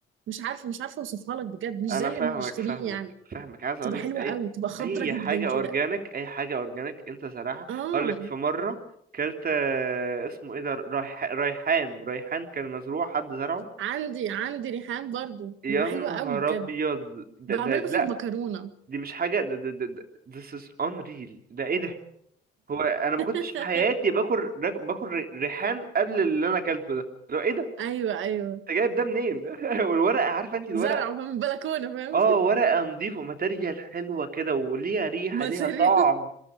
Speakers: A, on the right; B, on the right.
A: مش عارفه مش عارفه اوصفها لك بجد مش
B: انا
A: زي
B: فاهمك
A: اللي بنشتريه
B: فاهمك
A: يعني
B: فاهمك عايز اقول
A: بتبقى
B: لك
A: حلوه
B: اي
A: قوي بتبقى خضره
B: اي
A: جدا
B: حاجه اورجانيك
A: كده
B: اي حاجه اورجانيك انت صراحه
A: اه
B: اقول لك في مره كلت آه، اسمه ايه ده ريح... ريحان ريحان كان مزروع حد زرعه
A: عندي عندي ريحان برضو
B: يا
A: بيبقى حلو
B: نهار
A: قوي بجد
B: ابيض ده
A: بعمله
B: ده
A: في المكرونه
B: دي مش حاجة ده ده ده ده- this is unreal ده ايه ده هو انا ما
A: <laughs>
B: كنتش في حياتي باكل راك- باكل ري- ريحان قبل اللي انا اكلته ده لو ايه ده
A: ايوه ايوه
B: انت جايب ده منين <laughs> والورقة عارفة انت الورقة
A: زرعه من البلكونه فاهم
B: اه ورقة نظيفة ماتيريال حلوة كده وليها ريحة
A: <laughs> ماتيريال
B: ليها طعم